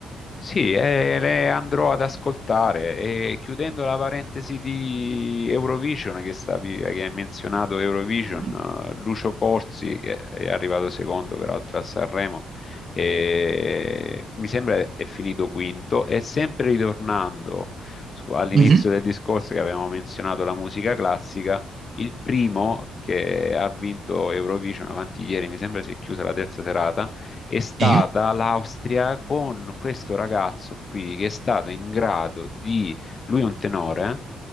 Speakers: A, on the left; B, on the right.
A: Sì, eh, le andrò ad ascoltare e chiudendo la parentesi di Eurovision che stavi, che hai menzionato Eurovision,
B: Mhm.
A: eh, Lucio Corsi che è arrivato secondo peraltro a Sanremo e mi sembra è finito quinto e sempre ritornando su- all'inizio
B: Mhm,
A: del discorso che avevamo menzionato la musica classica, il primo che ha vinto Eurovision avanti ieri, mi sembra si è chiusa la terza serata è stata
B: Sì,
A: l'Austria con questo ragazzo qui che è stato in grado di, lui è un tenore,